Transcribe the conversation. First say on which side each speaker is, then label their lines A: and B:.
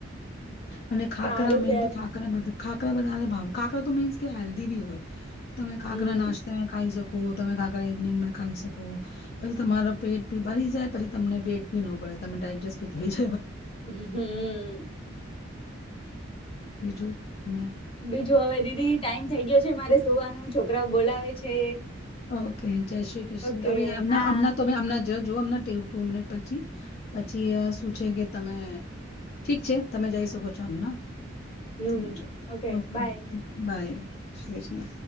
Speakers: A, on the left; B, on the left.
A: અને ખાકરા
B: સારું
A: મેન
B: ત્યારે.
A: તો ખાકરા બધા ખાખરા બનાને ભાવ ખાખરા તો મીન્સ કે હેલ્દી ભી હોય. તમે ખાખરા
B: હમ.
A: નાસ્તામાં ખાય શકો છો. તમે કાકરા ઇવનિંગ ખાઈ શકો પછી તમારો પેટ બી ભરી જાય પછી તમને વેટ બી ન બધે તમે ડાયડજસ્ટ બી થઈ જા
B: હમમ્.
A: બીજું અનેને
B: બીજું હવે દીદી ટાઈમ થઈ ગયો છે મારે સુવાનું છોકરાઓ બોલાવે છે.
A: ઓકે. જય શ્રી કૃષ્ણ
B: ઓકે
A: અભિ અણ્ણા
B: હા
A: તો અમણા જો અમના ટુ મિનિટ પછી પછી શું છે કે, તમે ઠીક છે તમે જઈ શકો છો આમના.
B: હમ
A: તમે જાઓ ઓકે
B: બાય.
A: બાય. છે જ ને.